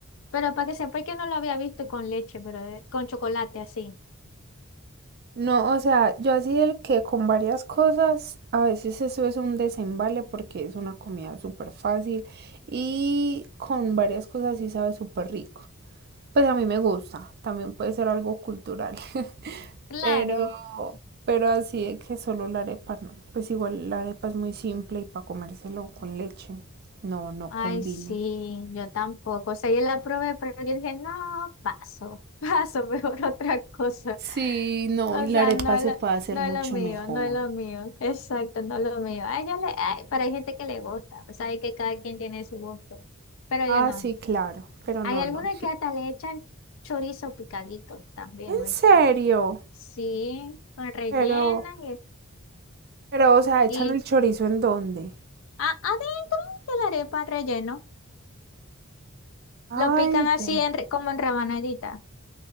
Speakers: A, on the left (about 65°); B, on the right (about 45°).
A: Pero para que sepa que no lo había visto con leche, pero de- con chocolate así.
B: No, o sea, yo así el que con varias cosas, a veces eso es un desembale porque es una comida súper fácil y con varias cosas sí sabe súper rico. Pues a mí me gusta, también puede ser algo cultural, <laughs>
A: Claro.
B: pero, pero así de que solo la arepa no. Pues igual la arepa es muy simple y para comérselo con leche, no, no
A: Ay,
B: combino.
A: sí, yo tampoco. O sea, yo la probé, pero yo dije, no, paso, <laughs> paso, mejor otra cosa.
B: Sí, no,
A: O
B: y la
A: sea,
B: arepa
A: no es
B: se
A: lo,
B: puede hacer
A: no
B: mucho
A: es lo mío,
B: mejor.
A: no es lo mío. Exacto, no es lo mío. Ay, yo le, ay, pero hay gente que le gusta. O sea, hay que cada quien tiene su gusto. Pero
B: Ah,
A: yo no.
B: sí, claro, pero
A: Hay
B: no,
A: algunas
B: no.
A: que hasta le echan chorizo picadito también,
B: ¿En
A: ¿oíste?
B: serio?
A: Sí, con rellena
B: Pero, pero, o sea, echan
A: y,
B: el chorizo en dónde?
A: A- adentro de la arepa relleno.
B: Ay,
A: Lo pican así
B: ve.
A: en re- como en rabanadita.